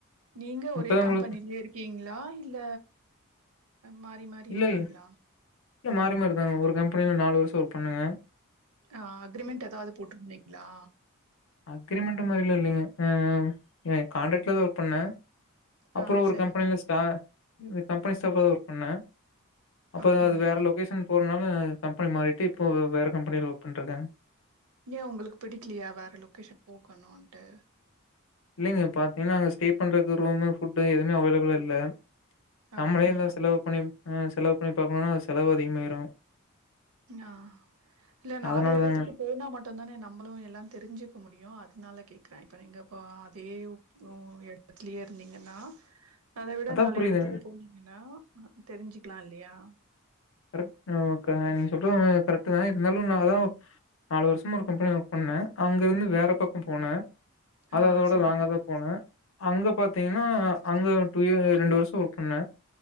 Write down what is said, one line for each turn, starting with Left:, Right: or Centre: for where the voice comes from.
Right: நீங்க ஒரே
Left: இப்பதான் உங்களுக்கு
Right: கம்பெனிலயே இருக்கீங்களா இல் மாறி மாறி
Left: இல்ல
Right: இருக்கீங்களா
Left: இல்ல இல்ல மாறி மாறிதாங்க ஒரு கம்பெனியில நாலு வருஷம் ஒர்க் பண்ணுவ
Right: ஆ அக்ரரிமெண்ட் ஏதாவது போட்டருந்தந்தீங்களா
Left: அக்ரிமெண்ட் மாதிரில இல்லைங்க கான்ட்ராக்ட்ல தா ஒர்க் பண்ணே அப்புறம்
Right: ஆ
Left: ஒரு
Right: சரிங்க
Left: கம்பெனில ஷா அந்த கம்பெனி ஸ்டாபா தா ஒர்க் பண்ணே அப்போ
Right: அப்டிங்களா
Left: அது வேற லொகேஷன் போறனாலா கம்பெனி மாறிட்டு இப்போ வேற கம்பெனியில ஒர்க் பண்ணிட்டு இருக்க
Right: ஏ உங்களுக்கு பிடிக்கலையா வேற லொக்கேஷன் போக்கணும்ன்ட்டு
Left: இல்லைங்க பாத்தீங்கன்னா அங்க ஸ்டே பண்றதுக்கு ரூம் ஃபுட் எதுவுமே அவைலபிலா இல்ல நம்மளே
Right: அப்மே
Left: எல்லா செலவு பண்ணி் செலவு பண்ணி பாக்கணும்னா அது செலவு அதிகமாயிரும்
Right: ஆ இல்ல நாலு
Left: அதனாலதாங்க
Right: இடத்துக்கு போனா மட்டு தான நம்மளு எல்லா தெரிஞ்சிக்க முடியு அதனால கேக்குற இப்ப நீங்கப்ப அதே ஓங்க ஓங்க இடத்துல இருந்தீங்கன்னா அத விட
Left: அதா
Right: நாலு
Left: புரியுது
Right: எடத்துக்கு போனீங்னா தெரிஞ்சிக்கலா இல்லையா
Left: கரெக்ட் தா நீங்க சொல்றது கரெக்ட் தா இருந்தாலு நா அதா நாலு வருஷ ஒரு கம்பெனி ஒர்க் பண்ண அங்க இருந்து வேற பக்க போன அது
Right: ஆ
Left: அதோட
Right: சரி.
Left: லாங்காத போன அங்க பாத்தீங்னா அங்க டூ இயர் ரெண்டு வருஷ ஒர்க் பண்ண